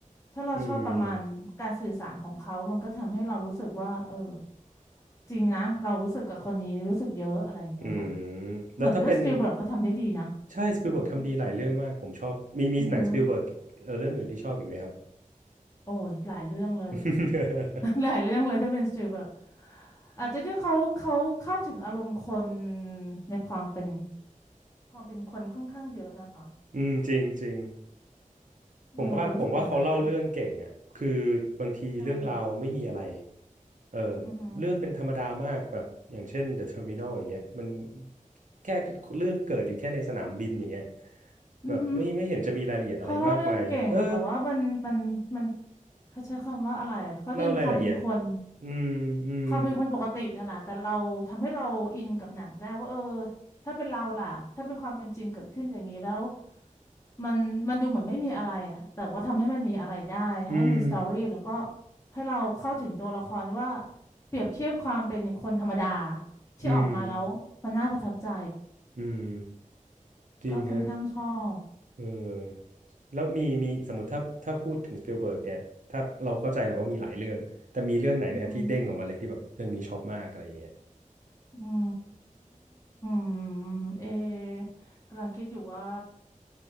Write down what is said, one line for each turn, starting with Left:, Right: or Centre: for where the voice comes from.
Left: ถ้าเราชอบประมาณการสื่อสารของเขา
Right: อืม
Left: มันก็ทำให้เรารู้สึกว่าเออจริงนะเรารู้สึกกับคนนี้รู้สึกเยอะอะไรอย่างเงี้ยค่ะ
Right: อืมแล้วถ้าเป็น
Left: เหมือนเด้วยสตีเวิร์ดก็ทำได้ดีนะ
Right: ใช่สปิลเบิร์กทำดีหลายเรื่องมากผมชอบมีมีหนังสปิลเบิร์กเออเรื่องอื่นที่ชอบอีกไหมครับ
Left: ถึงว่าพูดถึง อือหือโอ้ยหลายเรื่องเลย
Right: <laughs>
Left: <laughs> หลายเรื่องเลยถ้าเป็นสตีลเบิร์กอาจจะด้วยเขาเขาเข้าถึงอารมณ์คนในความเป็นความเป็นคนค่อนข้างเยอะนะคะ
Right: อืมจริงจริง
Left: เออรู้สึกอย่างนั้นนะ
Right: ผมว่าผมว่าเขาเล่าเรื่องเก่งอ่ะคือบางทีเรื่องราวไม่มีอะไร
Left: ใช่
Right: เออ
Left: อือหือ
Right: เรื่องเป็นธรรมดามากแบบอย่างเช่น The Terminal อย่างเงี้ยมันแค่เรื่องเกิดอยู่แค่ในสนามบินอย่างเงี้ย
Left: อือหือ
Right: แบบไม่ไม่เห็นจะมีรายละเอียดอะไรมากมายเออ
Left: เขาเล่าเรื่องเก่งแต่ว่ามันมันมันเขาใช้คำว่าอะไรอะเขาดึงความเป็นคน
Right: เล่ารายละเอียดอืมอืม
Left: ความเป็นคนปกตินั่นแหละแต่เราทำให้เราอินกับหนังได้ว่าเออถ้าเป็นเราล่ะถ้าเป็นความเป็นจริงเกิดขึ้นอย่างนี้แล้ว มันมันดูเหมือนไม่มีอะไรอะแต่ว่าทำให้มันมีอะไรได้ทำให้มีสตอรี่แล้วก็
Right: อืม
Left: ให้เราเข้าถึงตัวละครว่าเปรียบเทียบความเป็นคนธรรมดาที่ออกมาแล้วมันน่าประทับใจ
Right: อืม อืม จริงฮะ
Left: ก็ค่อนข้างชอบ
Right: เออ แล้วมีมีสมมติถ้าถ้าพูดถึงสปิลเบิร์กเนี่ย ถ้าเราเข้าใจแหละว่ามีหลายเรื่อง แต่มีเรื่องไหนไหมฮะที่เด้งออกมาเลยที่แบบเรื่องนี้ชอบมากอะไรอย่างเงี้ย
Left: อือหืออืมเอกำลังคิดอยู่ว่า